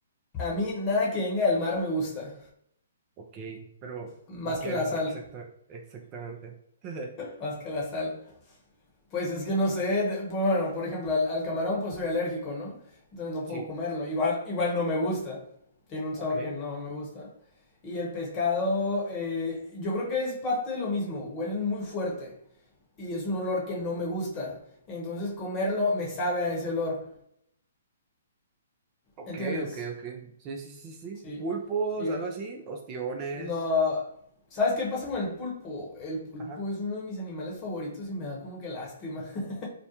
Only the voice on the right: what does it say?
Ok, pero
¿por qué?
Exacta, exactamente. <laughs>
Sí,
ok,
ok,
ok, ok. Sí, sí, sí, sí.
Pulpos,
algo así, ostiones.
Ajá.